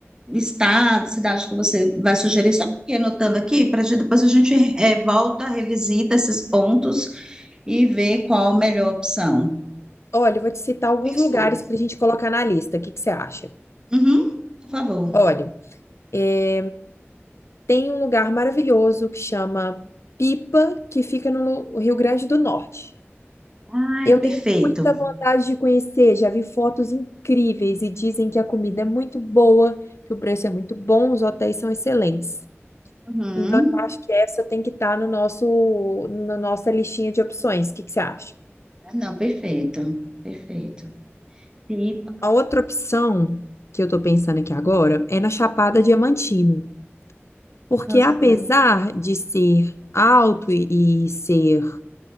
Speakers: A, on the right; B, on the left.
A: estado, cidade que você vai sugerir? Só porque anotando aqui, para depois a gente é, volta, revisita esses pontos e ver qual a melhor opção.
B: Olha, eu vou te citar alguns
A: Pensou.
B: lugares para a gente colocar na lista. O que que você acha?
A: Uhum, por favor.
B: Olha, é, tem um lugar maravilhoso que chama Pipa, que fica no Rio Grande do Norte.
A: Ai,
B: Eu
A: perfeito.
B: tenho muita vontade de conhecer, já vi fotos incríveis e dizem que a comida é muito boa, que o preço é muito bom, os hotéis são excelentes.
A: Uhum.
B: Então, eu acho que essa tem que estar no nosso, na nossa listinha de opções. O que que você acha?
A: Ah, Não, perfeito, perfeito. E,
B: A outra opção que eu estou pensando aqui agora é na Chapada Diamantina, porque
A: nossa,
B: apesar de ser alto e e ser,